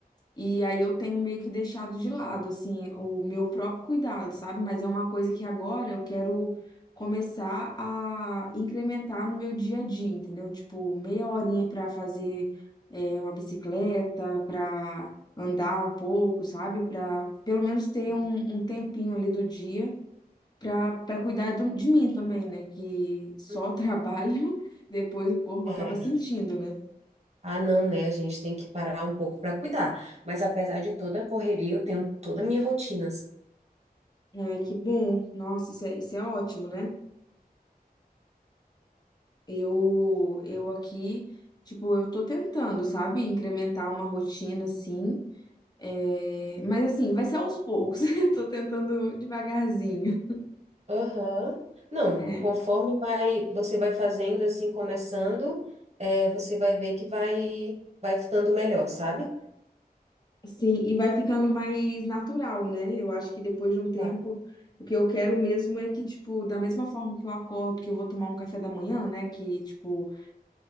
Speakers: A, on the left; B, on the right.
A: E aí eu tenho meio que deixado de lado, assim, o meu próprio cuidado, sabe? Mas é uma coisa que agora eu quero começar a incrementar no meu dia a dia, entendeu? Tipo, meia horinha para fazer é, uma bicicleta, para andar um pouco, sabe? Para pelo menos ter
B: Sim.
A: um, um tempinho ali do dia para para cuidar do- de mim também, né? Que só
B: Uhum.
A: <laughs> trabalho, depois o corpo
B: É.
A: acaba sentindo, né?
B: Ah, não, né? A gente tem que parar um pouco para cuidar. Mas apesar de toda a correria, eu tenho toda a minha rotina,
A: Ai, que bom. Nossa, isso é, isso é ótimo, né? Eu, eu aqui, tipo, eu tô tentando, sabe, incrementar uma rotina assim. é, mas assim, vai ser aos poucos. <laughs> Eu tô tentando devagarzinho.
B: Aham. Não,
A: É,
B: conforme vai, você vai fazendo assim, começando, é, você vai ver que vai, vai ficando melhor, sabe?
A: sim, e vai ficando mais natural, né? Eu acho que depois de um tempo,
B: Vai.
A: o que eu quero mesmo é que, tipo, da mesma forma que eu acordo, que eu vou tomar um café da manhã, né? Que, tipo,